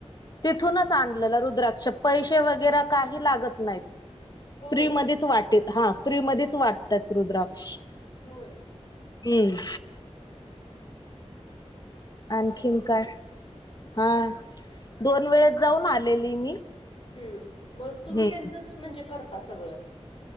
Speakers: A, on the left (about 35°); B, on the left (about 55°).
A: तिथूनच आणलेला रुद्राक्ष पैसे वगैरे काही लागत नाहीत.
B: होय
A: फ्रीमध्येच वाटेत हा फ्री मध्येच वाटत्यात रुद्राक्ष
B: होय.
A: हं. आणखीन
B: चांगले की
A: काय? हा दोन वेळेस जाऊन आलेली मी
B: हं मग तुम्ही
A: हम्म
B: त्यांचच म्हणजे करता सगळं